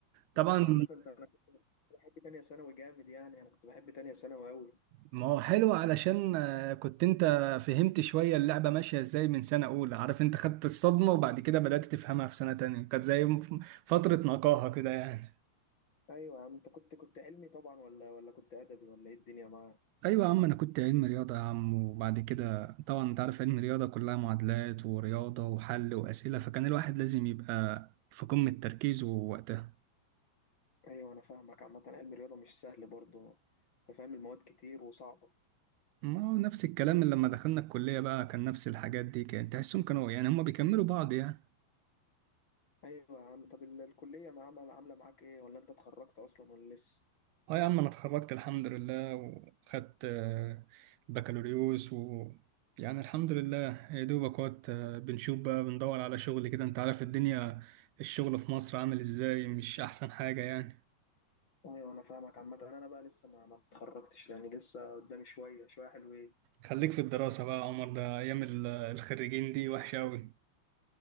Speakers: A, on the left; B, on the right.
A: بس
B: طبعا
A: عامه انت انا كنت بحب تانية ثانوي جامد يعني انا كنت بحب تانية ثانوي قوي
B: ما هو حلو علشان آه، كنت انت فهمت شوية اللعبة ماشية ازاي من سنة أولى عارف انت خدت الصدمة وبعد كده بدأت تفهمها في سنة تانية كانت زي م- فترة نقاهة كده يعني
A: ايوه يا عم انت كنت كنت علمي طبعا ولا ولا كنت ادبي ولا ايه الدنيا معاك
B: أيوة يا عم أنا كنت علم رياضة يا عم وبعد كده طبعا انت عارف علم رياضة كلها معادلات ورياضة وحل وأسئلة فكان الواحد لازم يبقى في قمة تركيزه وقتها
A: ايوه انا فاهمك عامه علم الرياضه مش سهل برضه انت فاهم المواد كتير وصعبه
B: ما هو نفس الكلام اللي لما دخلنا الكلية بقى كان نفس الحاجات دي كان تحسهم كانوا يعني هما بيكملوا بعض يعني
A: ايوه يا عم طب ال- الكليه ما عامله عامله معاك ايه ولا انت اتخرجت اصلا ولا لسه
B: اه يا عم انا اتخرجت الحمد لله وخدت آه، بكالوريوس و يعني الحمد لله يا دوبك وقت آه، بنشوف بقى بندور على شغل كده انت عارف الدنيا الشغل في مصر عامل ازاي مش احسن حاجة يعني
A: ايوه انا فاهمك عامه انا بقى لسه ما ما اتخرجتش يعني لسه قدامي شويه شويه حلوين
B: خليك في الدراسة بقى يا عمر ده ايام ال- الخريجين دي وحشة اوي